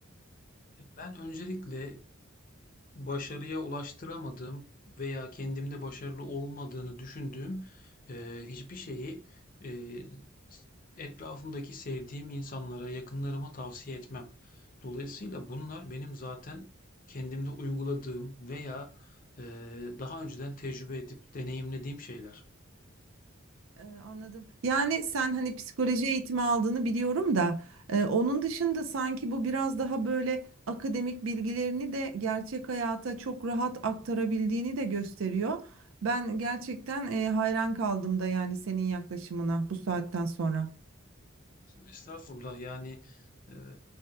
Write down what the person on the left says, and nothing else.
Ben öncelikle başarıya ulaştıramadığım veya kendimde başarılı olmadığını düşündüğüm eee, hiçbir şeyi eee, etrafımdaki sevdiğim insanlara, yakınlarıma tavsiye etmem. Dolayısıyla bunlar benim zaten kendimde uyguladığım veya eee, daha önceden tecrübe edip deneyimlediğim şeyler.
Estağfurullah yani eee,